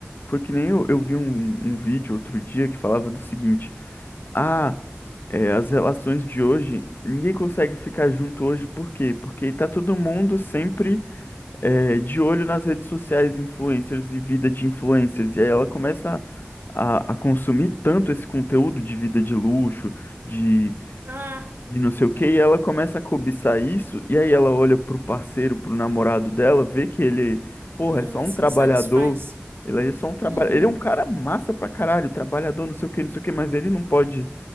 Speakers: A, on the left; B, on the right.
A: Foi que nem eu, eu vi um, um vídeo outro dia que falava do seguinte: ah, é, as relações de hoje, ninguém consegue ficar junto hoje, por quê? Porque tá todo mundo sempre é, de olho nas redes sociais, influencers e vida de influencers, e aí ela começa a, a a consumir tanto esse conteúdo de vida de luxo, de
B: Ah,
A: de não sei o quê, e ela começa a cobiçar isso, e aí ela olha pro parceiro, pro namorado dela, vê que ele, porra,
B: e ela
A: é só um
B: se
A: trabalhador,
B: insatisfaz.
A: ele é só um trabalho,
B: Uhum.
A: ele é um cara massa pra caralho, trabalhador, não sei o quê, não sei o quê, mas ele não pode